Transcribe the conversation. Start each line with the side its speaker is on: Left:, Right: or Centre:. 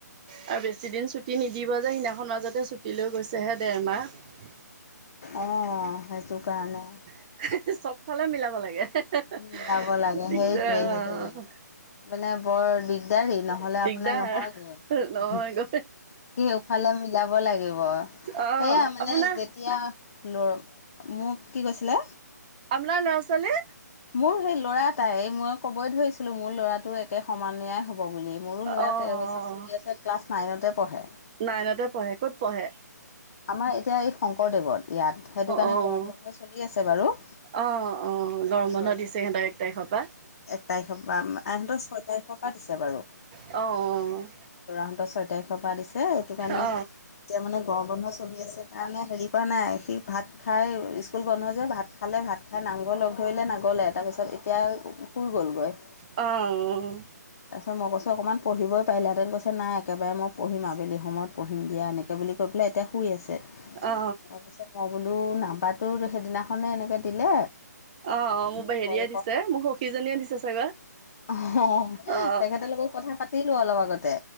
Right: আৰু বেছিদিন ছুটি নিদিব যে। সেইদিনাখন মাজতে ছুটি লৈ গৈছেহে ডেৰমাহ।
Left: অ, সেইটো কাৰণে।
Right: <unintelligible> চব ফালে মিলাব লাগে। <unintelligible>
Left: মিলাব লাগে
Right: দিগদাৰ
Left: সেইটোৱে সেইটোৱে
Right: অ।
Left: মানে বৰ দিগদাৰী, নহ'লে
Right: দিগদাৰ
Left: আপোনাৰ নহয়গৈ।
Right: নহয় গৈ
Left: কেওফালে মিলাব লাগিব।
Right: অ'
Left: সেয়া মানে
Right: আপোনাৰ
Left: যেতিয়া ল মোক কি কৈছিলে?
Right: আপনাৰ ল'ৰা-ছোৱালী?
Left: মোৰ সেই ল'ৰা এটাই। এই মই ক'বই ধৰিছিলো মোৰ ল'ৰাটো একে সমনীয়া হ'ব বুলি। মোৰো ল'ৰা
Right: অ'
Left: তেৰবছৰ চলি আছে, ক্লাছ নাইনতে পহে।
Right: নাইনতে পহে, ক'ত পহে?
Left: আমাৰ এতিয়া এই শংকৰদেৱত ইয়াত। সেইটো কাৰণে
Right: অ'
Left: গৰম বন্ধ চলি আছে বাৰু।
Right: অ, অ
Left: আমাৰ
Right: গৰম
Left: ওচৰতে
Right: বন্ধ দিছে সিহঁতৰ এক তাৰিখ পা।
Left: এক তাৰিখ পা, এহেতৰ ছয় তাৰিখৰ পৰা দিছে বাৰু।
Right: অ, অ।
Left: ল'ৰাহঁতৰ ছয় তাৰিখৰ পৰা দিছে, সেইটো কাৰণে
Right: অ'
Left: এতিয়া মানে গৰম বন্ধ চলি আছে। তাৰ নে হেৰি কৰা নাই। সি ভাত খাই স্কুল বন্ধ যে ভাত খালে, ভাত খাই নামঘৰ লগ থৈলে নাগ'লে, তাৰপিছত এতিয়া শুই গ'লগৈ।
Right: অ, অ।
Left: তাৰপিছত মই কৈছো অকমান পঢ়িবই পাৰিলাহেঁতেন। কৈছে নাই একেবাৰে মই পঢ়িম আবেলি সময়ত পঢ়িম দিয়া। এনেক কে বুলি কৈ পেলাই এতিয়া শুই আছে।
Right: অ।
Left: তাৰপিছত মই বোলো নাম্বাৰটো সেইদিনাখনে এনেকে দিলে।
Right: অ, অ মোৰ
Left: মোক
Right: বা হেৰিয়ে
Left: কল
Right: দিছে মোক সখীজনীয়ে দিছে চাগৈ?
Left: অ,
Right: অ' অ'
Left: তেখেতৰ লগত কথা পাতিলো অলপ আগতে।